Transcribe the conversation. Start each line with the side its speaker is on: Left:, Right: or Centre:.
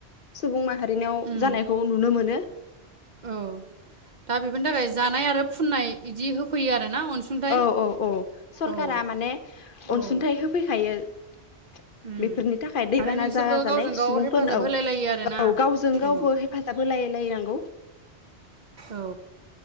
Left: सुबुं माहारिनाव
Right: उम
Left: जानायखौ नुनो मो मोनो
Right: औ दा बेफोरनि थाखाय जानाय आरो फुननाय इदि होफैयो आरोना अनसुंथाइ
Left: औ औ औ सरखारा
Right: औ
Left: माने अनसुंथाइ
Right: औ
Left: होफैखायो <inaudible>
Right: उम
Left: बेफोरनि थाखाय दैबाना
Right: आरो नोंसोरबो
Left: जाजानाय
Right: गावजों गाव
Left: सुबुंफोरनो
Right: हेफाजाब
Left: औ
Right: होलाय लायो आरोना
Left: औ गावजों गावबो
Right: औ
Left: हेफाजाब होलाय लायनांगौ
Right: औ